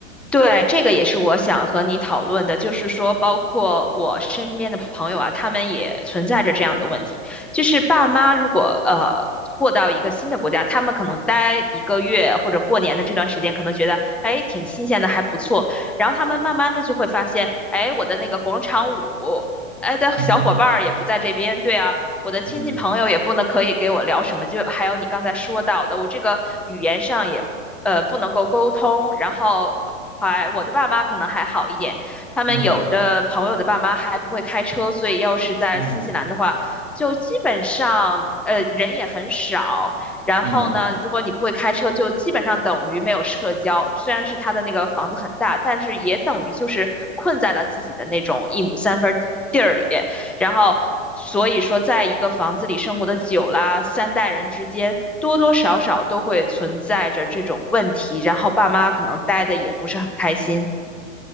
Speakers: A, in the centre; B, on the right.
A: 对，这个也是我想和你讨论的，就是说，包括我身边的朋友啊，他们也存在着这样的问题，就是爸妈如果呃过到一个新的国家，他们可能待一个月或者过年的这段时间，可能觉得哎挺新鲜的，还不错，然后他们慢慢的就会发现，哎，我的那个广场舞。哎的小伙伴儿也不在这边，
B: <laughs>
A: 对啊，我的亲戚朋友也不能可以给我聊什么，
B: 嗯
A: 就还有你刚才说到的，我这个语言上也呃不能够沟通，然后还我的爸妈可能还好一点，他们有的朋友的爸妈还不会开车，
B: 嗯
A: 所以要是在新西兰的话，
B: 嗯
A: 就基本上呃人也很少，然后呢，
B: 嗯，
A: 如果你不会开车，就基本上等于没有社交。虽然是他的那个房子很大，但是也等于就是困在了自己的那种一亩三分地儿里边。然后，所以说，在一个房子里生活的久啦，三代人之间多多少少都会存在着这种问题，然后爸妈可能待的也不是很开心。